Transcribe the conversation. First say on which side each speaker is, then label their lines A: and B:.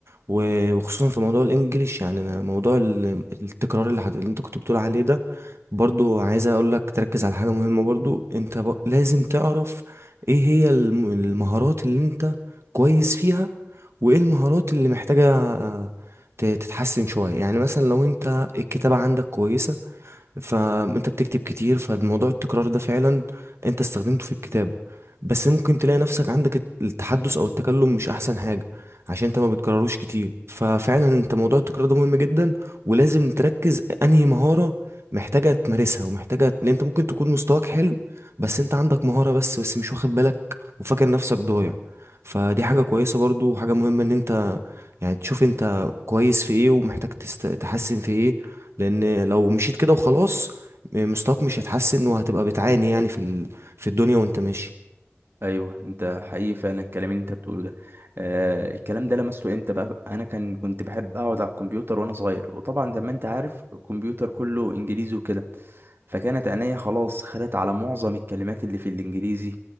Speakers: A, on the right (about 75°); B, on the right (about 55°).
A: و- وخصوصا في موضوع الانجليش يعني انا موضوع ال- التكرار اللي, حد... اللي انت كنت بتقول عليه ده برضو عايز اقول لك تركز على حاجة مهمة برضو انت ب... لازم تعرف ايه هي الم- المهارات اللي انت كويس فيها وايه المهارات اللي محتاجة آه، ت- تتحسن شوية يعني مثلا لو انت الكتابة عندك كويسة فانت بتكتب كتير فالموضوع التكرار ده فعلا انت استخدمته في الكتابة بس ممكن تلاقي نفسك عندك الت- التحدث او التكلم مش احسن حاجة عشان انت ما بتكرروش كتير ففعلا انت موضوع التكرار ده مهم جدا ولازم تركز انهي مهارة محتاجة تمارسها ومحتاجة لان انت ممكن تكون مستواك حلو بس انت عندك مهارة بس بس مش واخد بالك وفاكر نفسك ضايع فدي حاجة كويسة برضو وحاجة مهمة ان انت يعني تشوف انت كويس في ايه ومحتاج تست... تحسن في ايه لان لو مشيت كده وخلاص مستواك مش هيتحسن وهتبقى بتعاني يعني في ال... في الدنيا وانت ماشي
B: ايوه انت حقيقي فعلا الكلام اللي انت بتقوله ده آه الكلام ده لمسته امتى بقى انا كان كنت بحب اقعد على الكمبيوتر وانا صغير وطبعا زي ما انت عارف الكمبيوتر كله انجليزي وكده فكانت عينيا خلاص خدت على معظم الكلمات اللي في الانجليزي